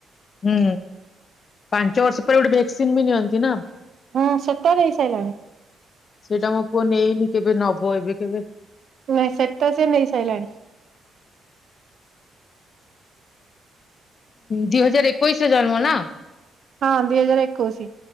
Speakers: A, on the left; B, on the right.
A: ହୁଁ ପାଞ୍ଚ ବର୍ଷ ପରେ ଗୋଟେ ଭେକ୍ସିନ ବି ନିଅନ୍ତି ନା?
B: ହଁ ସେଟା ନେଇସାରିଲାଣି।
A: ସେଇଟା ମୋ ପୁଅ ନେଇନି କେବେ ନବ ଏବେ କେବେ।
B: ନାଇଁ ସେଟା ସେ ନେଇ ସାଇଲାଣି।
A: ଦୁଇ ହଜାର ଏକୋଇଶରେ ଜନ୍ମ ନା?
B: ହଁ ଦି ହଜାର ଏକୋଇଶି।